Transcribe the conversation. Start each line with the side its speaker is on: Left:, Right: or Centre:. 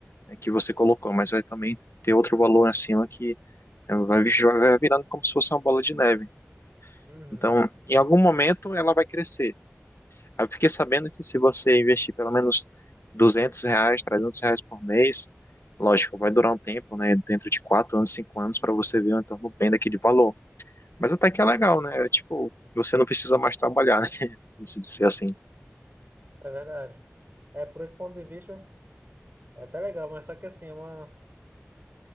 Left: é, que você colocou, mas vai também ter outro valor acima que é, vai, vi- vai virando como se fosse uma bola de neve.
Right: Uhum.
Left: Então, em algum momento ela vai crescer, Aí Eu fiquei sabendo que se você investir pelo menos 200 reais, 300 reais por mês, lógico, vai durar um tempo, né? Dentro de 4 anos, 5 anos, para você ver um retorno bem daquele valor. Mas até que é legal, né? É Tipo, você não precisa mais trabalhar, né? <laughs> Como se dizer assim.
Right: É verdade. É, por esse ponto de vista, é até legal, mas só que assim, é uma...